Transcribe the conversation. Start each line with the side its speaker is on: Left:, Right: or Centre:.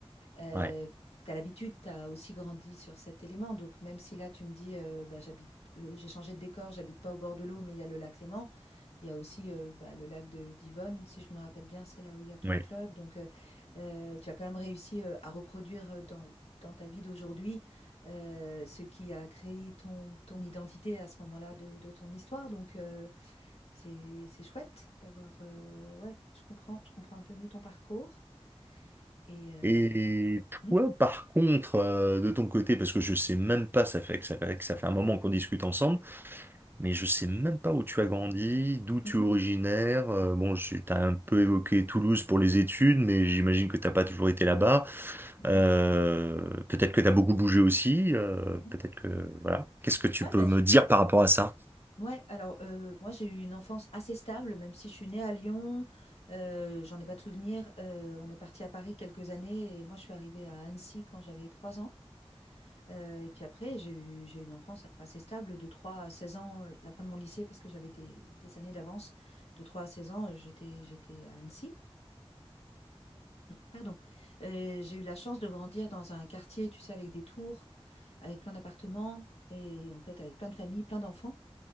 Left: Euh,
Right: ouais,
Left: tu as l'habitude, tu as aussi grandi sur cet élément. Donc, même si là, tu me dis, euh, bah, j'habite, euh, j'ai changé de décor, j'habite pas au bord de l'eau, mais il y a le lac Léman. Il y a aussi euh, bah, le lac de d'Yvonne, si je me rappelle bien, c'est là où il y a ton
Right: ouais.
Left: club. Donc, euh, euh, tu as quand même réussi euh, à reproduire euh, dans, dans ta vie d'aujourd'hui euh, ce qui a créé ton, ton identité à ce moment-là de, de ton histoire. Donc, euh, c'est, c'est chouette d'avoir. euh, ouais, je comprends, je comprends un peu mieux ton parcours. Et. euh,
Right: Et
Left: hmm,
Right: toi, par contre, euh, de ton côté, parce que je sais même pas, ça fait que ça fait, que ça fait un moment qu'on discute ensemble, mais je sais même pas où tu as grandi, d'où tu
Left: mhm.
Right: es originaire. Euh, bon, tu as un peu évoqué Toulouse pour les études, mais j'imagine que t'as pas toujours été là-bas.
Left: Mhm,
Right: Euh, peut-être que tu as beaucoup bougé aussi. euh,
Left: mhm.
Right: peut-être que voilà. Qu'est-ce que tu
Left: Ouais,
Right: peux
Left: bah, j'ai-
Right: me dire par rapport à ça?
Left: ouais, alors euh, moi j'ai eu une enfance assez stable, même si je suis née à Lyon, euh, j'en ai pas de souvenir. Euh, on est parti à Paris quelques années et moi je suis arrivée à Annecy quand j'avais 3 ans. Euh, et puis après, j'ai eu, j'ai eu une enfance assez stable de 3 à 16 ans, la fin de mon lycée, parce que j'avais des, des années d'avance. De 3 à 16 ans, euh, j'étais, j'étais à Annecy. Pardon. Euh, j'ai eu la chance de grandir dans un quartier, tu sais, avec des tours, avec plein d'appartements et en fait avec plein de familles, plein d'enfants.